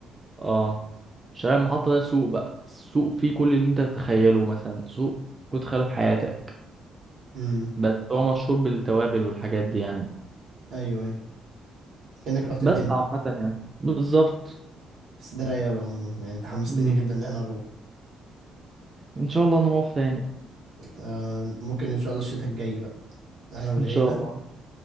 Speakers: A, on the right; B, on the right.
A: اه شارع المحطة ده سوق بقى السوق فيه كل اللي انت تتخيله مثلا سوق كنت تخيله في حياتك
B: امم
A: بس هو مشهور بالتوابل والحاجات دي يعني
B: ايوه ايوه كأنك رحت
A: بس
B: الهند
A: عامة يعني بالظبط
B: بس ده رايق أوي عموما يعني انت حمستني
A: مم.
B: جدا ان انا اروح
A: ان شاء الله نروح تاني
B: آه ممكن ان شاء الله الشتاء الجاي بقى انا والعيلة
A: ان شاء الله